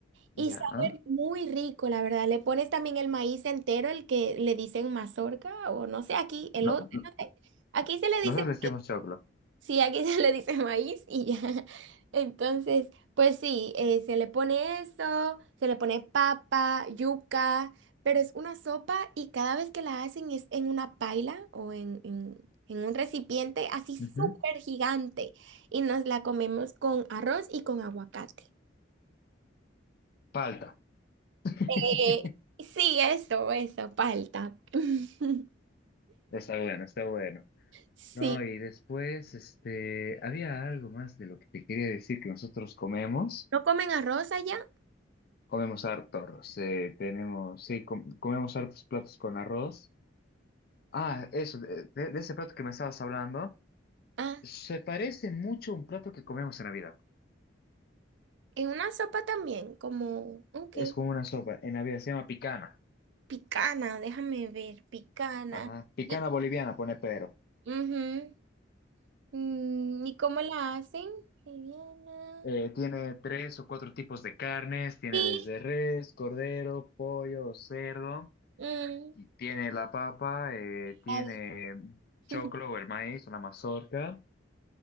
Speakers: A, on the right; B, on the left.
A: y
B: Ya.
A: sabe
B: Ah,
A: muy rico, la verdad. Le pones también el maíz entero, el que le dicen mazorca, o no sé, aquí, el
B: No,
A: otro,
B: no-
A: no sé. Aquí se le dice
B: nosotros vestimos choclo.
A: Sí, aquí <laughs> se le dice maíz y ya. <laughs> Entonces, pues sí, eh, se le pone eso, se le pone papa, yuca, pero es una sopa y cada vez que la hacen es en una paila o en, en, en un recipiente así
B: ujú.
A: súper gigante y nos la comemos con arroz y con aguacate.
B: Palta. <laughs>
A: Eh, sí, eso, eso, palta. <laughs>
B: Está bueno, está bueno.
A: Sí.
B: No, y después, este, había algo más de lo que te quería decir que nosotros comemos.
A: ¿No comen arroz allá?
B: Comemos hartos, eh, tenemos, sí, com- comemos hartos platos con arroz. Ah, eso, de, de- de ese plato que me estabas hablando.
A: Ah,
B: Se parece mucho a un plato que comemos en Navidad.
A: en una sopa también, como, ok.
B: Es como una sopa, en Navidad se llama picana.
A: Picana, déjame ver, picana.
B: Ajá. Picana
A: Y,
B: boliviana, pone Pedro.
A: ujú, mm, ¿y cómo la hacen? Liviana.
B: Eh, tiene tres o cuatro tipos de carnes, tiene
A: Sí.
B: desde res, cordero, pollo, cerdo,
A: mm,
B: y tiene la papa, eh, tiene
A: a ver.
B: choclo
A: <laughs>
B: o el maíz, una mazorca,